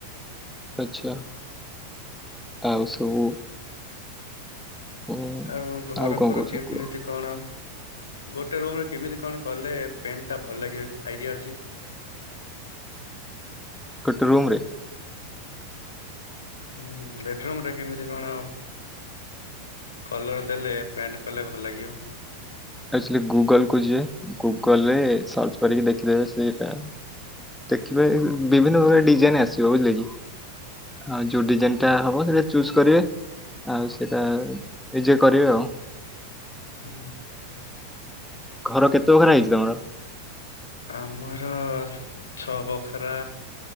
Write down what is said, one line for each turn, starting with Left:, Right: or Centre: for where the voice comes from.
Centre: ଆଛା ଆଉ ସବୁ ଉଁ
Left: ଆଉ ଘର
Centre: କଣ
Left: ଫର
Centre: କହୁଛ
Left: କେମିତି
Centre: କୁହ
Left: କଣ? ଗୋଟେ ରୁମ ରେ କେମିତି କଣ କଲେ ପେଣ୍ଟ ଟା ଭଲ ଲାଗିବ ଆଇଡିଆ ଅଛି।
Centre: ଗୋଟେ ରୁମରେ?
Left: ହୁଁ ବେଡରୁୁମ ରେ କେମିତି କଣ ଆଉ। କଲର ଦେଲେ ପ୍ୟାଣ୍ଟ କଲେ ଭଲ ଲାଗିବ।
Centre: ଆଚୁଆଲି ଗୁଗଲକୁୁ ଯିବେ ଗୁଗଲ ରେ ସର୍ଚ୍ଚ କରିକି ଦେଖିଦେବେ ସେଟା ଦେଖିବ ବିଭିନ୍ନ ପ୍ରକାର ଡିଜାଇନ ଆସିବ ବୁଝିଲେ କି? ହଁ ଯୋଉ ଡିଜାଇନ ଟା ହବ ସେଇଟା ଚୁଜ୍ କରିବେ? ଆଉ ସେଟା ଜେ କରିବେ ଆଉ।
Left: ହୁଁ।
Centre: ଘର କେତେଖରା ହେଇଛି ତମର?
Left: ଆମର ଛଅ ବଖରା